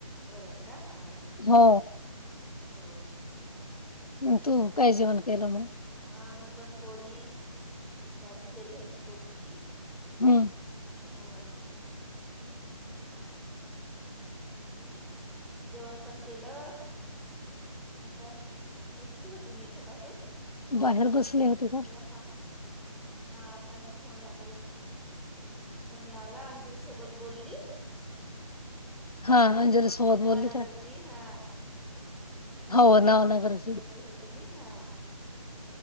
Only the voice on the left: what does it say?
हो
अन तू काय जेवण केलं मग?
हम्म
बाहेर बसले होती
का
हा
अंजली सोबत
बोलली का?
हो
नावनगरची